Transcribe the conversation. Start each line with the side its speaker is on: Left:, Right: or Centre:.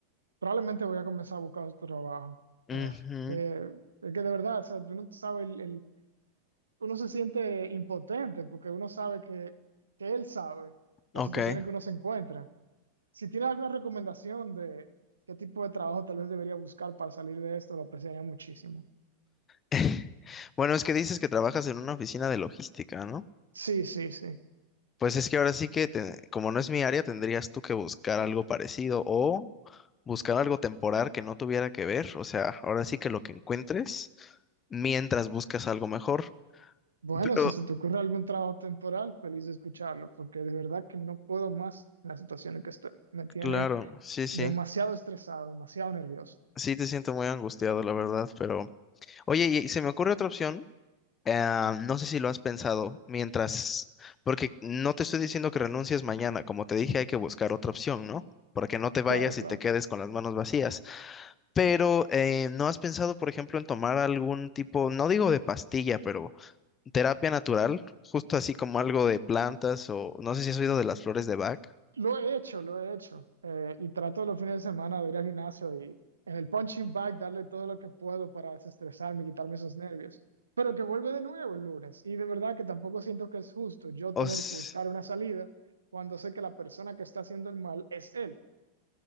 Right: probablemente voy a comenzar a buscar otro trabajo.
Left: ujú,
Right: Ah, eh, es que de verdad, o sea, tú no sabes el, el- uno se siente impotente porque uno sabe que, que él sabe la
Left: ok.
Right: situación en que uno se encuentra. Si tienes alguna recomendación de qué tipo de trabajo tal vez debería buscar para salir de esto, lo apreciaría muchísimo.
Left: <laughs> Bueno, es que dices que trabajas en una oficina de logística, ¿no?
Right: Sí, sí, sí.
Left: Pues es que ahora sí que, te- como no es mi área, tendrías tú que buscar algo parecido o buscar algo temporal que no tuviera que ver. O sea, ahora sí que lo que encuentres mientras buscas algo mejor.
Right: Bueno,
Left: Pero,
Right: si se te ocurre algún trabajo temporal, feliz de escucharlo, porque de verdad que no puedo más en la situación en que estoy. Me tiene
Left: claro, sí, sí.
Right: demasiado estresado, demasiado nervioso.
Left: Sí te siento muy angustiado, la verdad, pero... Oye, y y se me ocurre otra opción. eh, no sé si lo has pensado mientras... Porque no te estoy diciendo que renuncies mañana. Como te dije, hay que buscar otra opción, ¿no? Para que no te vayas
Right: Claro, claro.
Left: y te quedes con las manos vacías. Pero eh, ¿no has pensado, por ejemplo, en tomar algún tipo, no digo de pastilla, pero terapia natural, justo así como algo de plantas o no sé si has oído de las flores de Bach?
Right: Lo he hecho, lo he hecho. Eh, y trato los fines de semana de ir al gimnasio y en el punching bag darle todo lo que puedo para desestresarme y quitarme esos nervios. Pero que vuelve de nuevo el lunes. Y de verdad que tampoco siento que es justo yo
Left: O
Right: tener
Left: s-
Right: que buscar una salida cuando sé que la persona que está haciendo el mal es él.